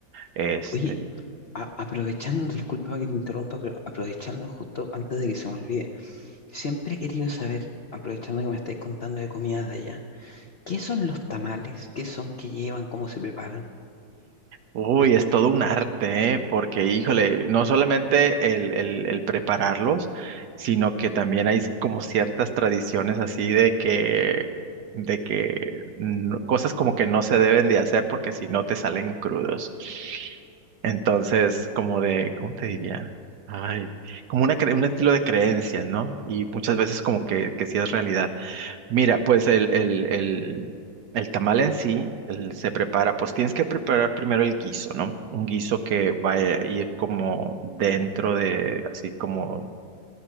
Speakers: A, on the right; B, on the left.
A: Este,
B: Oye, a- aprovechando, disculpa que te interrumpa, pero aprovechando justo antes de que se me olvide, siempre he querido saber, aprovechando que me estáis contando de comidas de allá, ¿qué son los tamales? ¿Qué son qué llevan? ¿Cómo se preparan?
A: Uy, es todo un arte, ¿eh? Porque, híjole, no solamente el, el- el prepararlos, sino que también hay como ciertas tradiciones así de que, de que no- cosas como que no se deben de hacer porque si no te salen crudos. Entonces, como de, ¿cómo te diría? Ay, como una, cre- un estilo de creencia, ¿no? Y muchas veces como que, que sí es realidad. Mira, pues el, el, el, el tamal en sí el- se prepara, pues tienes que preparar primero el guiso, ¿no? Un guiso que va a ir como dentro de, así como